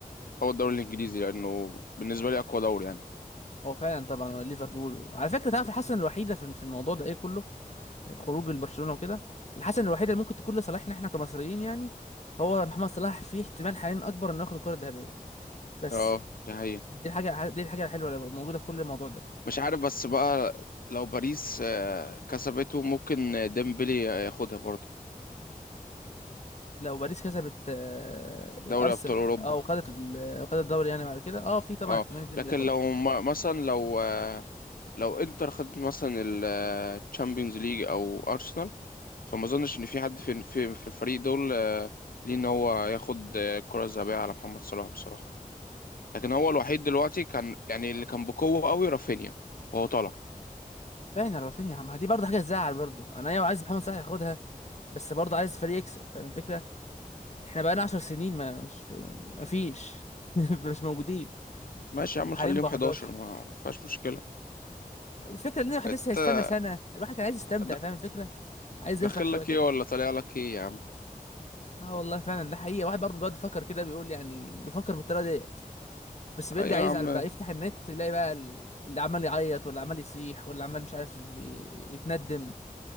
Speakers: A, on the left; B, on the left.
A: هو الدوري الانجليزي لانه بالنسبه لي اقوى دوري يعني
B: هو فعلا طبعا ليفربول على فكره تعرف الحسنه الوحيده في في الموضوع ده ايه كله خروج البرشلونه وكده الحسنه الوحيده اللي ممكن تكون لصالحنا احنا كمصريين يعني هو محمد صلاح في احتمال حاليا اكبر انه ياخد الكره الذهبيه بس
A: اه ده
B: دي الحاجه دي الحاجه الحلوه اللي موجوده في كل الموضوع ده
A: مش عارف بس بقى لو باريس آه، كسبته ممكن ديمبلي ياخدها برضه
B: لو باريس كسبت آه، الارسنال
A: دوري ابطال اوروبا
B: اه وخدت ال- وخدت الدوري يعني بعد كده اه في طبعا
A: اه
B: احتمال اتنين
A: لكن
B: بياخدها
A: لو م- مثلا لو آه، لو انتر خدت مثلا الشامبيونز ليج او ارسنال فما اظنش ان في حد في في, في الفريق دول آه، ليه ان هو ياخد آه، الكره الذهبيه على محمد صلاح بصراحه لكن هو الوحيد دلوقتي كان يعني اللي كان بقوه قوي رافينيا وهو طالع
B: فعلا رافينيا ما دي برضه حاجه تزعل برضه انا ايوه عايز محمد صلاح ياخدها بس برضه عايز فريق يكسب فاهم الفكره احنا بقالنا 10 سنين ما مش ما فيش <laughs> مش موجودين
A: ماشي يا عم نخليهم
B: حاليا بقى
A: 11
B: 11
A: ما فيهاش مشكله
B: الفكره ان الواحد
A: انت
B: لسه هيستنى سنه الواحد كان عايز يستمتع
A: د-
B: فاهم الفكره عايز
A: داخل
B: يفرح شويه
A: لك
B: كده
A: ايه ولا طالع لك ايه يا عم
B: اه والله فعلا ده حقيقه واحد برضه بيقعد يفكر كده بيقول يعني بيفكر بالطريقه ديت بس بيرجع
A: ايوه يا
B: يزعل
A: عم
B: بقى يفتح النت يلاقي بقى ال- اللي عمال يعيط واللي عمال يصيح واللي عمال مش عارف ي- يتندم